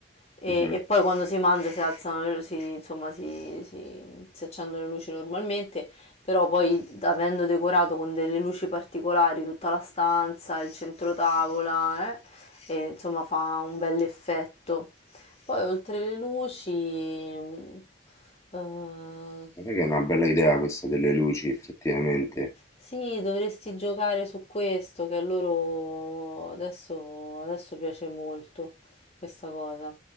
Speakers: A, on the left; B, on the left.
A: e,
B: Mhm.
A: e poi quando si mangia si alzano, si, insomma, si, si- si accendono le luci normalmente, però poi avendo decorato con delle luci particolari tutta la stanza, il centro tavola, eh, e, insomma fa un bel effetto. Poi oltre le luci, mh, eh,
B: Guarda che è una bella idea questa delle luci, effettivamente.
A: sì, dovresti giocare su questo che a loro adesso adesso piace molto questa cosa.